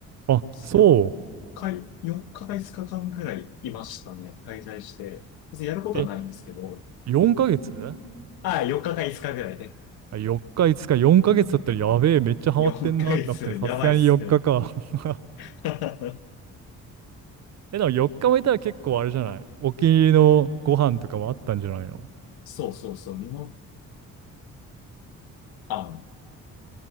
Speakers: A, on the right (about 45°); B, on the left (about 65°).
A: あ、そ
B: 4日、4日か5日間ぐらいいましたね、滞在して。別にやることはないんですけど、
A: う。え、4ヶ月
B: ああ、4日か5日ぐらいね。
A: 4日、5日、4ヶ月だったらやべえ、めっちゃハマってんなってなって、
B: 4ヶ月、
A: さすがに4日かか。
B: やばいっすね。
A: <laughs>
B: <laughs>
A: え、でも4日もいたら結構あれじゃないお気に入りのご飯とかもあったんじゃないの
B: そうそうそう、日本、あ